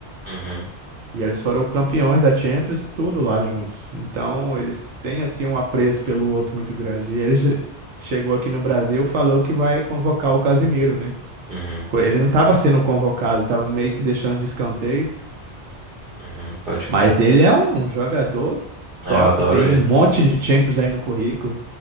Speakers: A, on the right; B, on the right.
A: Uhum.
B: E eles foram campeões da Champions e tudo lá juntos. Então, eles têm, assim, um apreço pelo outro muito grande. E ele che- chegou aqui no Brasil, falou que vai convocar o Casemiro, né?
A: Uhum.
B: Co- Ele não estava sendo convocado, estava meio que deixando de escanteio.
A: Uhum. Pode
B: Mas
A: crer.
B: ele é um jogador
A: Ah,
B: top,
A: eu adoro
B: tem
A: ele.
B: um monte de Champions aí no currículo.